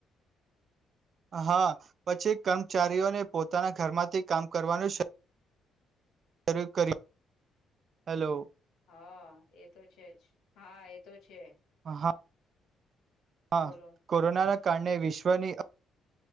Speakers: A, on the right; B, on the left.
A: હા. પછી કર્મચારીઓને
B: હલો
A: પોતાના ઘરમાંથી કામ કરવાનું શ રુ કર્યું, હેલો.
B: હા એ તો છે જ, હા એ તો છે.
A: હા હા,
B: બોલો
A: કોરોના ના કારણે વિશ્વની